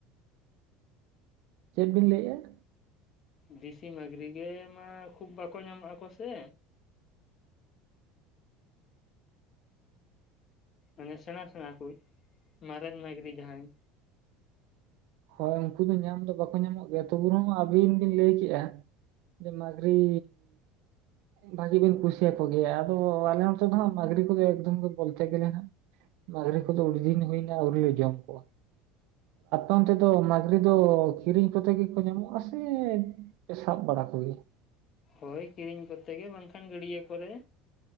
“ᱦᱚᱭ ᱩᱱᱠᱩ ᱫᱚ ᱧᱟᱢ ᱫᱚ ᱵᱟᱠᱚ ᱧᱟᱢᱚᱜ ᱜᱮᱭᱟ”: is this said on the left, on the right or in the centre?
Right